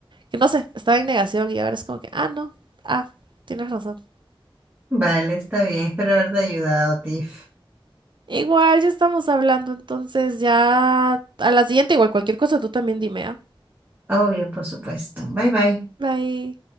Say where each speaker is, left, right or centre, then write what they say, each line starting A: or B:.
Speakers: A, on the right (about 55°); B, on the right (about 20°).
A: que no sé, estaba en negación y ahora es como que, ah, no, ah, tienes razón.
B: Vale, está bien, espero haberte ayudado, Tiff.
A: Igual ya estamos hablando, entonces ya a la siguiente, igual cualquier cosa tú también dime, ¿ah?
B: Obvio, por supuesto. Bye bye.
A: Bye.